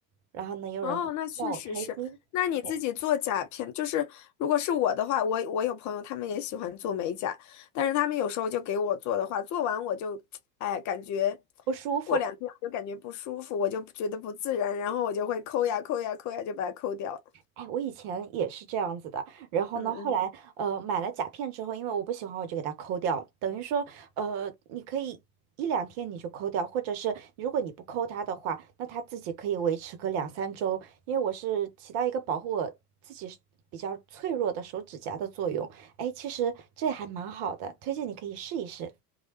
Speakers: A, on the right; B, on the left.
A: 然后呢，又能
B: 哦，那确实是。
A: <laughs> 让我开心，
B: 那你自己做甲片，
A: 对，
B: 就是如果是我的话，我我有朋友他们也喜欢做美甲，但是他们有时候就给我做的话，做完我就，哎，感觉
A: 不舒服。
B: 过两天我就感觉不舒服，我就觉得不自然，然后我就会抠呀抠呀抠呀，就把它抠掉了。
A: 哎，我以前也是这样子的，然后呢，
B: 嗯嗯。
A: 后来呃买了甲片之后，因为我不喜欢，我就给它抠掉，等于说呃你可以一两天你就抠掉，或者是如果你不抠它的话，那它自己可以维持个两三周，因为我是起到一个保护我自己是比较脆弱的手指甲的作用。哎，其实这还蛮好的，推荐你可以试一试。